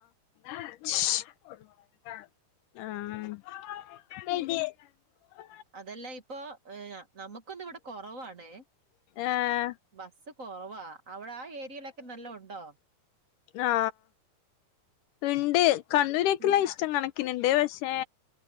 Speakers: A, on the left; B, on the right.
A: ആ
B: അതെല്ലാം ഇപ്പൊ ഏആ നമുക്കൊന്നിവിടെ കൊറവാണ്
A: ഏഹ്
B: ബസ് കൊറവാ അവിടെ ആ ഏരിയയിലൊക്കെ നൽ നല്ല ഒണ്ടോ
A: ആ ഇണ്ട് കണ്ണൂരൊക്കെല്ലാ
B: ഉം
A: ഇഷ്ടം കണക്ക പക്കിനുണ്ട് പക്ഷെ